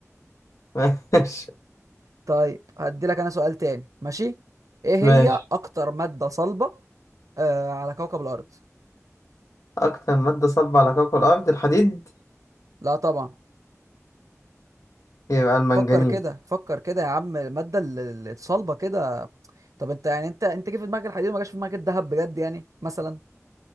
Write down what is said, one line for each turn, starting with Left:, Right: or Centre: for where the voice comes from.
Left: ماشي
Right: طيب هدي لك انا سؤال تاني ماشي ايه هي
Left: ماشي
Right: اكتر مادة صلبة آه على كوكب الارض
Left: أكتر مادة صلبة على كوكب الأرض الحديد
Right: لا طبعا
Left: يبقى المنجنيز
Right: فكر كده فكر كده يا عم المادة ال- ال- الصلبة كده طب انت يعني انت انت جه في دماغك الحديد وما جاش في دماغك الذهب بجد يعني مثلا